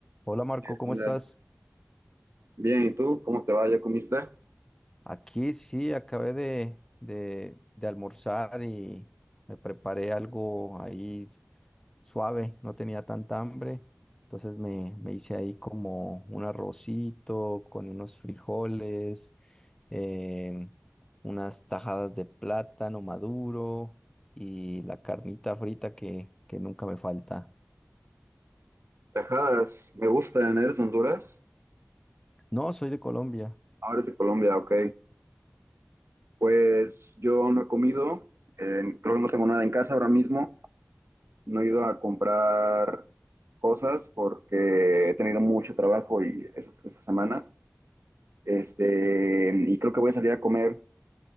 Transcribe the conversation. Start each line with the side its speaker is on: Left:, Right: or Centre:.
Left: Hola Marco, ¿cómo
Right: Mira,
Left: estás?
Right: Bien, ¿y tú? ¿Cómo te va? ¿Ya comiste?
Left: Aquí sí, acabé de, de, de almorzar y me preparé algo ahí suave, no tenía tanta hambre, entonces me, me hice ahí como un arrocito con unos frijoles, em, unas tajadas de plátano maduro y la carnita frita que, que nunca me falta.
Right: Tajadas, me gustan, ¿eres de Honduras?
Left: No, soy de Colombia.
Right: Ahora eres de Colombia, ok. Pues yo no he comido, eh, creo que no tengo nada en casa ahora mismo, no he ido a comprar cosas porque he tenido mucho trabajo y esa, esa semana, este, y creo que voy a salir a comer